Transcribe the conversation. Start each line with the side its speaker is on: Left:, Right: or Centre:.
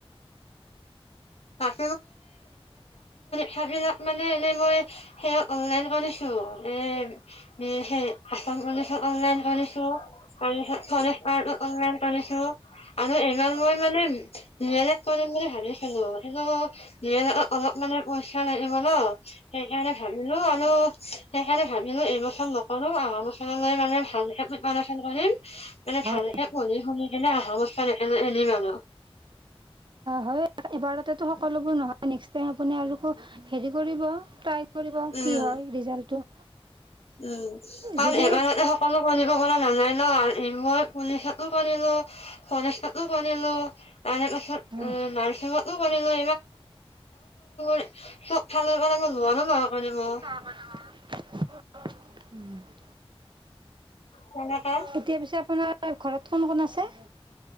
Left: <unintelligible> সেইবিলাক মানে এনে মই। সেই অনলাইন কৰি এই। সেই আছাম পুলিচত অনলাইন কৰিছোঁ। তাৰ পাছত ফৰেষ্টৰ ও অনলাইন কৰিছো। আৰু এইবাৰ মই মানে ডি এল এড কৰিম বুলি ভাবিছিলোঁ। <inaudible> অলপ মানে পইচা লাগিব ন। সেইকাৰণে ভাবিলো আৰু সেইকাৰণে ভাবিলো এই বছৰ নকৰো আহা বছৰলৈ মানে ভালকে প্ৰিপাৰেচন কৰিম, মানে
Right: হয়
Left: ভালকে
Right: হয়
Left: পঢ়ি শুনি কিনে আহা বছৰ আনিম আৰু।
Right: হয়, এবাৰতেতো সকলোবোৰ নহয় নেক্সট টাইম আপুনি আৰু হেৰি কৰিব টাই। কি কৰিব
Left: উম
Right: কি হয় ৰিজাল্টটো।
Left: উম, <unintelligible>
Right: যদি
Left: অকলো কৰিব পৰা নাযায় ন' মই পুলিচটো কৰিলো। ফৰেষ্টোটো কৰিলোঁ তাৰে পাছত
Right: হয়
Left: নাৰ্চিঙতো কৰিলোঁ।। <inaudible> চব ফালৰ পৰা লোনো লব পাৰিম মই।
Right: <unintelligible>
Left: তেনেকে
Right: এতিয়া পিছে আপোনাৰ ঘৰত কোন কোন আছে?